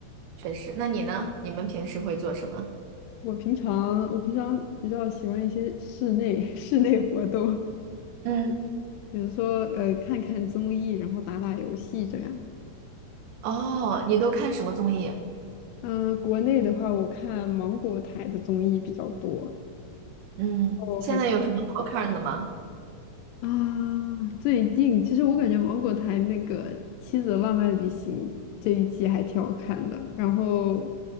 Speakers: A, on the right; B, on the left.
A: 确实。那你呢？你们平时会做什么？
B: 我平常我平常比较喜欢一些室内 <laughs> 室内活动，
A: 嗯，
B: 比如说呃看看综艺，然后打打游戏这样。
A: 哦，你都看什么综艺？
B: 嗯，国内的话，我看芒果台的综艺比较多。
A: 嗯，
B: 哦，
A: 现在有什么好看的吗？
B: 还啊，最近其实我感觉芒果台那个《妻子的浪漫旅行》这一季还挺好看的。然后，